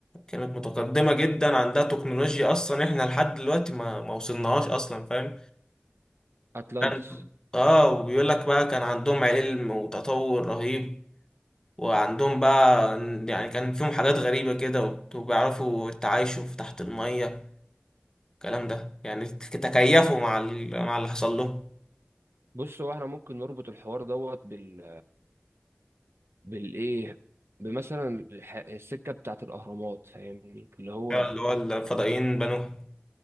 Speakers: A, on the left; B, on the right.
A: كانت متقدمة جدا عندها تكنولوجيا اصلا احنا لحد دلوقتي ما ما وصلناهاش اصلا فاهم
B: أتلانتس
A: كان- اه وبيقول لك بقى كان عندهم علم وتطور رهيب وعندهم بقى يعني كان فيهم حاجات غريبة كده وبت- وبيعرفوا التعايشوا في تحت المية الكلام ده يعني ت- تكيفوا مع ال- مع اللي حصل لهم
B: بص هو احنا ممكن نربط الحوار دوت بال بالايه بمثلا الح- السكه بتاعت الاهرامات فاهمني اللي هو
A: اللي هو الفضائيين بنوها